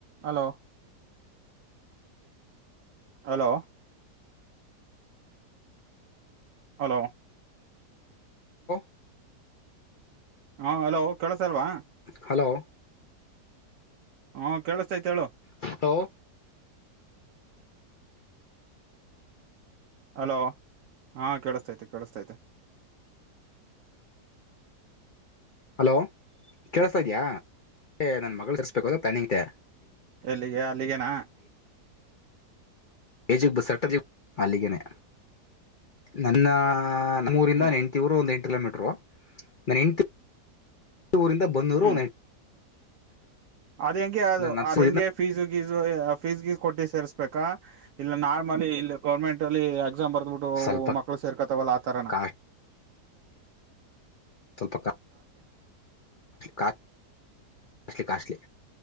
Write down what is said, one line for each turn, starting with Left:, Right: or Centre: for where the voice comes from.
Right: Hello hello hello
Left: ಹ
Right: ಹಾ hello ಕೆೇಳಸ ಅಲ್ವಾ
Left: ಹಲೋ
Right: ಹಾ ಕೇಳಿಸತೈತ್ ಹೇಳು
Left: ಟ್ಟ
Right: ಹಲೋ ಹಾ ಕೇಳಸ್ತೈತೆ ಕೇಳಸ್ತೈತೆ
Left: ಹಲೋ ಕೇೇಳಸ ಇದ್ಯಾ ಏ ನನ್ ಮಗಳು ಇರಿಸಬೇಕು ಅ ತಂಗ
Right: ಎಲ್ಲಿಗೆ ಅಲ್ಲಿಗೆೇನಾ
Left: ಏಜಗ್ ಬಸ್ಟ್ಟ ಅಲ್ಲಿಗನೆ ನನ್ನ ಮೂರಿಂದ
Right: ಹ್ಮ್
Left: ನಾನ ಎಂವ್ರು ಒಂದ ಎಂಟು ಕಿಲೋಮೀಟ್ರು ನಾನ ಎು ಎ ರಿಂದ ಬನ್ನೂರು
Right: ಹ್ಮ್
Left: ಒೆಂಟು
Right: ಅದ ಹೆಂಗೆ ಅದು
Left: ನರ್ಸೂರಿಂದ
Right: ಅದ ಹೆಂಗೆ ಫೀಸು ಫೀಸ್ ಗೀಸ್ ಕೊಟ್ಟಿ ಸೇರಿಸಬೇಕಾ ಇಲ್ಲ ನಾರ್ಮಲಿ ಇಲ್ಲಿ ಗೌರ್ಮೆಂಟ್ ಅಲ್ಲಿ ಬರ್ದ್ಬಿಟ್ಟು
Left: ಸ್ವಲ್ಪ
Right: ಮಕ್ಳು ಸೇರ್ಕತಾವಲ್ಲ ಆತರನ
Left: ಕಾಸ್ಟ್ಲಿ ಸ್ವಲ್ಪ ಕ ಕಾಲಿ ಕಾಸ್ಟ್ಲಿ